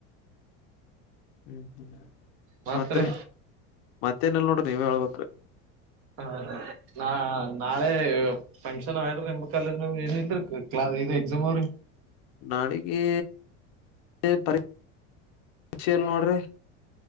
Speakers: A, on the left (about 60°); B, on the right (about 40°).
A: ಹ್ಮ್ ಹ್ಮ್
B: ಮತ್ರಿ
A: ಮತ್ರ ಮತ್ತೇನೆಲ್ಲ ನೋಡ್ರಿ ನೀವ ಹೇಳ್ಬೇಕ
B: ಹ ನಾ ನಾಳೆ ಫಂಕ್ಷನ್ ಆ್ರ ನಿ ಕಾಲೇಜ ಏನ್ಲ್ಇದು ಎಕ್ಸಾಮ್ ಅವ್ರಿ
A: ನಾಡಿಗೆ ಪ ಪರೀಕ್ಷೆಯಲ್ಲಿ ನೋಡ್ರಿ